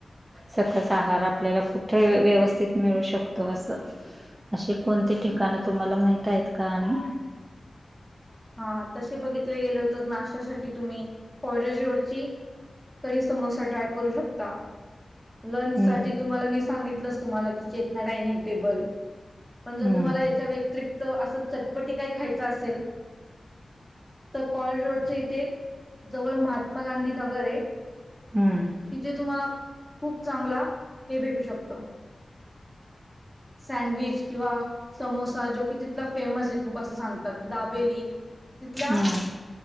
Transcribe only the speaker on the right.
सकस आहार आपल्याला कुठे व्यवस्थित व्यवस्थित मिळू शकतो असं अशी कोणती ठिकाण तुम्हाला माहित आहेत का आणि?
हम्म.
हम्म.
हम्म.
हम्म.